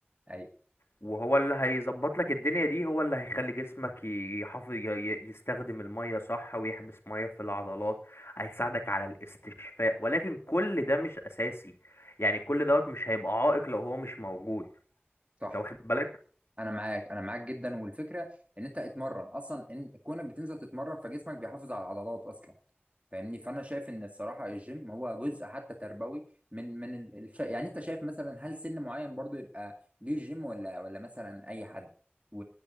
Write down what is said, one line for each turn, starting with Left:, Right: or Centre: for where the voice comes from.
Right: ايوه
Left: وهو اللي هيظبط لك الدنيا دي هو اللي هيخلي جسمك يحافظ ي- ي- يستخدم الميه صح ويحبس ميه في العضلات هيساعدك على الاستشفاء ولكن كل ده مش اساسي يعني كل دوت مش هيبقى عائق لو هو مش موجود
Right: صح
Left: انت واخد بالك
Right: انا معاك انا معاك جدا والفكره ان انت اتمرن اصلا ان كونك بتنزل تتمرن فجسمك بيحافظ على العضلات اصلا فاهمني فانا شايف ان الصراحه الجيم هو جزء حتى تربوي من من ال- الش... يعني انت شايف مثلا هل سن معين برضو يبقى ليه جيم ولا ولا مثلا اي حد و...